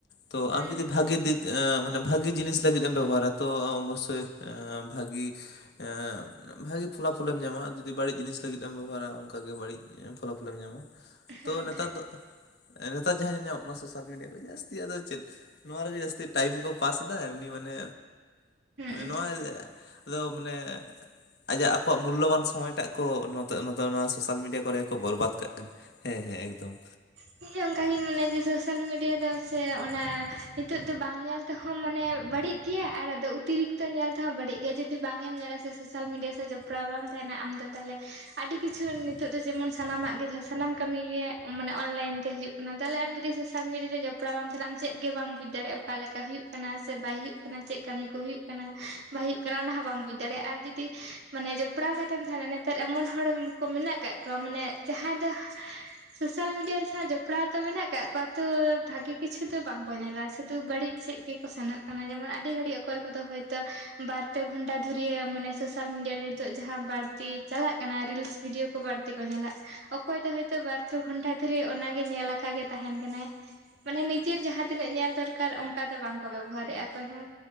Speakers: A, on the left (about 60°); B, on the right (about 70°).
A: ᱛᱚ
B: ᱦᱩᱸ
A: ᱟᱢ ᱡᱩᱫᱤ ᱵᱷᱟᱜᱮ ᱫᱤᱠ ᱡᱮ ᱢᱟᱱᱮ ᱵᱷᱟᱜᱮ ᱡᱤᱱᱤᱥ ᱞᱟᱹᱜᱤᱫ ᱮᱢ ᱵᱮᱵᱚᱦᱟᱨᱟ ᱛᱚ, ᱚᱵᱚᱥᱥᱳᱭ ᱮᱻ ᱵᱷᱟᱹᱜᱤ ᱮᱻ ᱵᱷᱟᱹᱜᱤ ᱯᱷᱚᱞᱟᱯᱷᱚᱞᱮᱢ ᱧᱟᱢᱟ। ᱟᱨ ᱡᱩᱫᱤ ᱵᱟᱹᱲᱤᱡ ᱡᱤᱱᱤᱥ ᱞᱟᱹᱜᱤᱫ ᱮᱢ ᱵᱮᱵᱚᱦᱟᱨᱟ, ᱚᱱᱠᱟᱜᱮ ᱵᱟᱹᱲᱤᱡ ᱮᱻ ᱯᱷᱚᱞᱟ ᱯᱷᱚᱞᱮᱢ ᱧᱟᱢᱟ।
B: ᱦᱩᱸ
A: ᱛᱚ ᱱᱮᱛᱟᱨ ᱫᱚ, ᱮ ᱱᱮᱛᱟᱨ ᱡᱟᱦᱟᱸ ᱧᱮᱞ ᱧᱟᱢᱚᱜ ᱠᱟᱱᱟ ᱥᱳᱥᱟᱞ ᱢᱤᱰᱤᱭᱟ ᱨᱮ ᱡᱟᱹᱥᱛᱤ, ᱟᱫᱚ ᱪᱮᱫ? ᱱᱚᱣᱟ ᱨᱮᱜᱮ ᱡᱟᱹᱥᱛᱤ ᱴᱟᱭᱤᱢ ᱠᱚ ᱯᱟᱥ ᱮᱫᱟ। ᱮᱢᱱᱤ ᱢᱟᱱᱮ
B: ᱦᱩᱸ
A: ᱱᱚᱣᱟ ᱟᱫᱚ ᱢᱟᱱᱮ ᱟᱡᱟᱜ ᱟᱠᱚᱣᱟᱜ ᱢᱩᱞᱞᱚᱵᱟᱱ ᱥᱚᱢᱚᱭᱴᱟᱜ ᱠᱚ ᱱᱚ ᱛᱚᱜ ᱚᱱᱟ ᱫᱚ ᱚᱱᱟ ᱥᱳᱥᱟᱞ ᱢᱤᱰᱤᱭᱟ ᱠᱚᱨᱮ ᱜᱮ ᱠᱚ ᱵᱚᱨᱵᱟᱫ ᱠᱟᱜ ᱠᱟᱱᱟ। ᱦᱮᱸ ᱦᱮᱸ ᱮᱠᱫᱚᱢ।
B: ᱤᱧ ᱦᱚᱸ ᱚᱱᱠᱟ ᱜᱤᱧ ᱢᱚᱱᱮᱭᱟ ᱡᱮ ᱥᱳᱥᱟᱞ ᱢᱤᱰᱤᱭᱟ ᱫᱚ ᱥᱮ ᱚᱱᱟ ᱱᱤᱛᱚᱜ ᱫᱚ ᱵᱟᱝ ᱧᱮᱞ ᱛᱮᱦᱚᱸ ᱢᱟᱱᱮ ᱵᱟᱹᱲᱤᱡ ᱜᱮᱭᱟ। ᱟᱨ ᱟᱫᱚ ᱚᱛᱤᱨᱤᱠᱛᱚ ᱧᱮᱞ ᱛᱮᱦᱚᱸ ᱵᱟᱹᱲᱤᱡ ᱜᱮᱭᱟ। ᱡᱩᱫᱤ ᱵᱟᱝᱮᱢ ᱧᱮᱞᱟ ᱥᱮ ᱥᱳᱥᱟᱞ ᱢᱤᱰᱤᱭᱟ ᱥᱮ ᱡᱚᱯᱲᱟᱣ ᱵᱟᱢ ᱛᱟᱦᱮᱱᱟ ᱟᱢ ᱫᱚ ᱛᱟᱦᱟᱞᱮ ᱟᱹᱰᱤ ᱠᱤ ᱪᱷᱩ ᱱᱤᱛᱚᱜ ᱫᱚ ᱡᱮᱢᱚᱱ, ᱥᱟᱱᱟᱢᱟᱜ ᱜᱮ ᱥᱟᱱᱟᱢ ᱠᱟᱹᱢᱤ ᱜᱮ ᱢᱟᱱᱮ ᱚᱱᱞᱟᱭᱤᱱ ᱛᱮ ᱦᱤᱡᱩᱜ ᱠᱟᱱᱟ। ᱛᱟᱦᱚᱞᱮ ᱟᱢ ᱡᱩᱫᱤ ᱥᱳᱥᱟᱞ ᱥᱳᱥᱟᱞ ᱢᱤᱰᱤᱭᱟ ᱨᱮ ᱡᱚᱯᱲᱟᱣ ᱵᱟᱢ ᱛᱟᱦᱮᱱᱟ᱾ ᱟᱢ ᱪᱮᱫ ᱜᱮ ᱵᱟᱢ ᱵᱩᱡᱽ ᱫᱟᱲᱮᱭᱟᱜᱼᱟ। ᱚᱠᱟ ᱞᱮᱠᱟ ᱦᱩᱭᱩᱜ ᱠᱟᱱᱟ ᱥᱮ ᱵᱟᱭ ᱦᱩᱭᱩᱜ ᱠᱟᱱᱟ। ᱪᱮᱫ ᱠᱟᱹᱢᱤ ᱠᱚ ᱦᱩᱭᱩᱜ ᱠᱟᱱᱟ। ᱵᱟᱭ ᱦᱩᱭᱩᱜ ᱠᱟᱱᱟ ᱚᱱᱟ ᱦᱚᱸ ᱵᱟᱢ ᱵᱩᱡᱽ ᱫᱟᱲᱮᱭᱟᱜᱼᱟ। ᱟᱨ ᱡᱩᱫᱤ ᱢᱟᱱᱮ ᱡᱚᱯᱲᱟᱣ ᱠᱟᱛᱮᱢ ᱛᱟᱦᱮᱱᱟ। ᱱᱮᱛᱟᱨ ᱮᱢᱚᱱ ᱦᱚᱲ ᱠᱚ ᱢᱮᱱᱟᱜ ᱠᱟᱜ ᱠᱚᱣᱟ। ᱢᱟᱱᱮ ᱡᱟᱦᱟᱸᱭ ᱫᱚ ᱥᱳᱥᱟᱞ ᱢᱤᱰᱤᱭᱟ ᱨᱮ ᱥᱟᱶ ᱡᱚᱯᱲᱟᱣ ᱛᱚ ᱢᱮᱱᱟᱜ ᱠᱟᱜ ᱠᱚᱣᱟ, ᱛᱚ ᱵᱷᱟᱜᱮ ᱠᱤᱪᱷᱩ ᱫᱚ ᱵᱟᱝᱠᱚ ᱧᱮᱞᱟ? ᱥᱩᱫᱩ ᱵᱟᱹᱲᱤᱡ ᱥᱮᱫ ᱜᱮᱠᱚ ᱥᱮᱱᱚᱜ ᱠᱟᱱᱟ। ᱡᱮᱢᱚᱱ ᱟᱹᱰᱤ ᱜᱷᱟᱹᱲᱤᱡ ᱚᱠᱚᱭ ᱠᱚᱫᱚ ᱦᱚᱳᱭᱛᱳ, ᱵᱟᱨ ᱯᱮ ᱜᱷᱚᱱᱴᱟ ᱫᱷᱩᱨᱭᱟᱹ ᱢᱟᱱᱮ ᱥᱳᱥᱟᱞ ᱢᱤᱰᱤᱭᱟ ᱨᱮ ᱱᱤᱛᱚᱜ ᱡᱟᱦᱟᱸ ᱵᱟᱹᱲᱛᱤ ᱪᱟᱞᱟᱜ ᱠᱟᱱᱟ। ᱨᱤᱞᱥ ᱵᱷᱤᱰᱭᱳ ᱠᱚ ᱵᱟᱹᱲᱛᱤ ᱠᱚ ᱧᱮᱞᱟ। ᱚᱠᱚᱭ ᱫᱚ ᱦᱚᱳᱭᱛᱳ ᱵᱟᱨᱯᱮ ᱜᱷᱚᱱᱴᱟ ᱫᱷᱚᱨᱮ ᱚᱱᱟ ᱜᱮ ᱧᱮᱞ ᱟᱠᱟ ᱜᱮ ᱛᱟᱦᱮᱱ ᱠᱟᱱᱟᱭ। ᱢᱟᱱᱮ ᱱᱤᱡᱮᱨ ᱡᱟᱦᱟᱸᱛᱤᱱᱟᱹᱜ ᱧᱮᱞ ᱫᱚᱨᱠᱟᱨ, ᱚᱱᱠᱟ ᱫᱚ ᱵᱟᱝᱠᱚ ᱵᱮᱵᱚᱦᱟᱨᱮᱫᱼᱟ ᱚᱠᱚᱭ ᱦᱚᱸ।